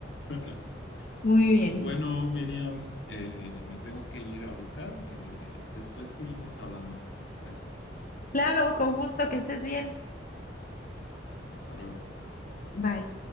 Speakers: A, on the left (about 70°); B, on the left (about 45°).
A: <laughs>
B: Muy bien.
A: Pues bueno, Miriam, eh, me tengo que ir ahorita. eh, después seguimos hablando, parece.
B: Claro, con gusto, que estés bien.
A: Hasta luego.
B: Bye.